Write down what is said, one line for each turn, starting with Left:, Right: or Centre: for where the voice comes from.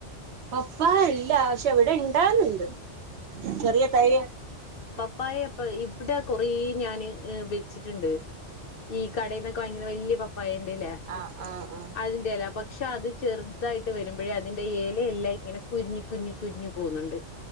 Right: പപ്പായ ഇല്ല പക്ഷെ ഇവിടെ ഇണ്ടാകലിണ്ട് ചെറിയ തൈ ക
Left: പപ്പായപ്പ ഇവിടെ കൊറേ ഞാന് വെച്ചിട്ട്ണ്ട് ഈ കടയിന്നൊക്കെ വാ ങ്ങിക്കണ വല്ല്യ പപ്പായ ഇൻെറലെ ലെ
Right: ആഹ് ആഹ്
Left: അതി പക്ഷെ അത് ചെറുതായിട്ട് വരുമ്പോഴെ അതിന്റെ എലയെല്ലാം ഇങ്ങനെ കുരിങ്ങി കുരുങ്ങി കുരിങ്ങി പോകുന്നുണ്ട്